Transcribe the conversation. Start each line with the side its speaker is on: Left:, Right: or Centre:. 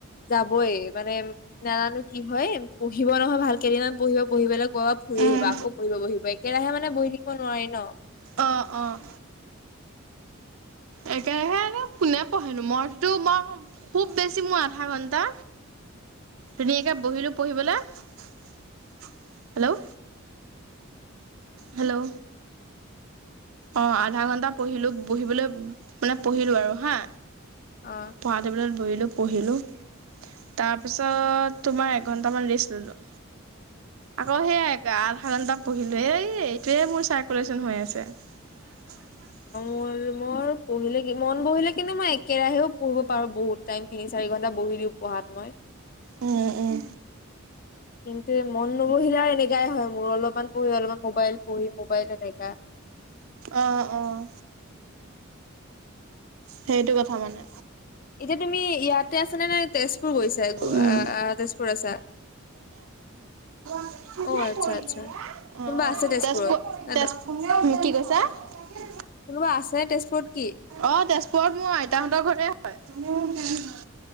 Left: যাবই মানে নাজানো কি হয়, পঢ়িব নহয় ভাল কেইদিনমান পঢ়িব পঢ়িবলৈ গ ফুৰি
Right: উম
Left: আহিবা আকৌ পৰিব বহিব একেৰাহে মানে বহি থাকিব নোৱাৰি ন।
Right: অ', - অ'। একেৰাহে কোনে পঢ়েনো মইটো মই খুব বেছি মোৰ আধা ঘণ্টা, ধুনীয়াকে বহিলোঁ পঢ়িবলে হেল্ল'। হেল্ল'। অঁ', আধাঘণ্টা পঢ়িলোঁ বহিবলৈ, মানে পঢ়িলোঁ আৰু হা।
Left: অ'।
Right: পঢ়া টেবুলত বহিলো পঢ়িলোঁ তাৰপিছত তোমাৰ এঘন্টামান ৰেষ্ট ললো। আকৌ সেইয়াই আধাঘণ্টা পঢ়িলো হেই এইটোয়ে মোৰ চাৰকুলেচন হৈ আছে। <unintelligible>
Left: মোৰ-মোৰ পঢ়িলে কি মন বহিলে কিন্তু মই একেৰাহেও পঢ়িব পাৰো বহুত টাইম তিনি চাৰি ঘণ্টা বহি দিওঁ। পঢ়াত মই
Right: উম, উম।
Left: কিন্তু এই মন নবহিলে আৰু এনেকাই হয়, মোৰ অলপমান পঢ়ি অলপমান মোবাইল পঢ়ি মোবাইল এনেকা
Right: অ', অ', সেইটো কথা মানে।
Left: এতিয়া তুমি ইয়াতে আছানে নে তেজ পুৰ গৈছা
Right: উম,
Left: আ-আ তেজপুৰ আছা?
Right: কোনে
Left: অ
Right: কৰিলে
Left: আচ্ছা আচ্ছা
Right: এয়া
Left: কোনোবা
Right: অ',
Left: আছে তেজপুৰত?
Right: তেজপুৰ
Left: না
Right: তেজ
Left: দ-
Right: কি কৈছা?
Left: কোনোবা আছে তেজপুৰত কি?
Right: অ', তেজপুৰত মোৰ আইতাহঁতৰ ঘৰে হয়।